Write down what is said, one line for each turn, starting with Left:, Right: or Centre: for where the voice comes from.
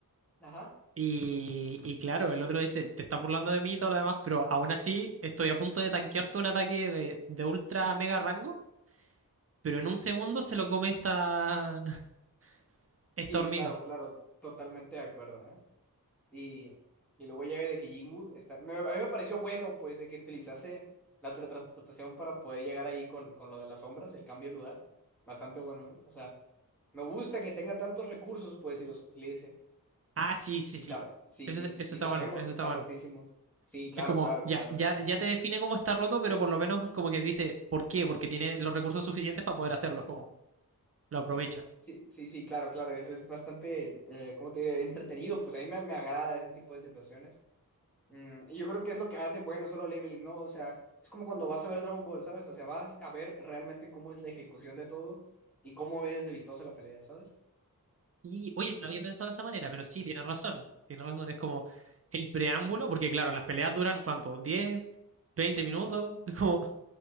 Centre: Ajá.
Right: Y, y claro, el otro dice, te estás burlando de mí y todo lo demás, pero aún así estoy a punto de tanquearte un ataque de, de ultra mega rango. pero en un segundo se lo come esta, <laughs> esta
Centre: Sí,
Right: hormiga.
Centre: claro, claro, totalmente de acuerdo, ¿eh? Y, y luego ya de que Jingu está. me- a mí me pareció bueno, pues, de que utilizase la teletransportación para poder llegar ahí con, con lo de las sombras, el cambio de lugar. Bastante bueno, ¿eh? O sea, me gusta que tenga tantos recursos, pues, y los utilice.
Right: Ah, sí, sí,
Centre: Y
Right: sí.
Centre: sabe, sí,
Right: Eso,
Centre: sí, sí.
Right: eso
Centre: Y
Right: está
Centre: sabemos
Right: bueno, eso
Centre: que
Right: está
Centre: está
Right: bueno.
Centre: rotísimo. Sí, claro,
Right: Es como,
Centre: claro,
Right: ya,
Centre: claro.
Right: ya, ya te define cómo está roto, pero por lo menos como que dice, ¿por qué? Porque tiene los recursos suficientes para poder hacerlo, es como, lo aprovecha.
Centre: Sí, sí, sí, claro, claro. Eso es bastante, eh, ¿cómo te diré? Entretenido. Pues a mí me, me agrada ese tipo de situaciones. Mm, y yo creo que es lo que hace bueno Solo Leveling, ¿no? O sea, es como cuando vas a ver Dragon Ball, ¿sabes? O sea, vas a ver realmente cómo es la ejecución de todo y cómo es de vistosa la pelea, ¿sabes?
Right: Y, oye, no había pensado de esa manera, pero sí, tienes razón. Tienes razón, es como el preámbulo, porque claro, las peleas duran, ¿cuánto? diez 20 minutos? <laughs> Es como,